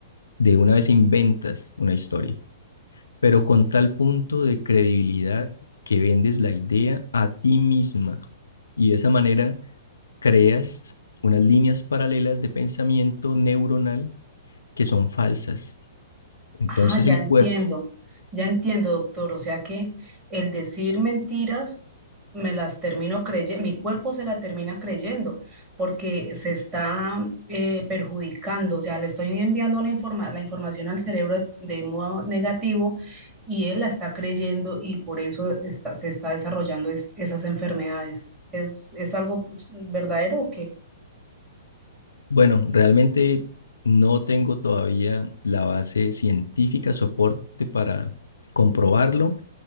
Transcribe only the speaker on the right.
Ah, ya
Bueno,
entiendo, ya entiendo, doctor. O sea que el decir mentiras me las termino creyendo, mi cuerpo se la termina creyendo porque se está eh, perjudicando. O sea, le estoy enviando la informa- la información al cerebro de modo negativo y él la está creyendo y por eso está, se está desarrollando es- esas enfermedades. ¿Es, es algo pues, verdadero o qué?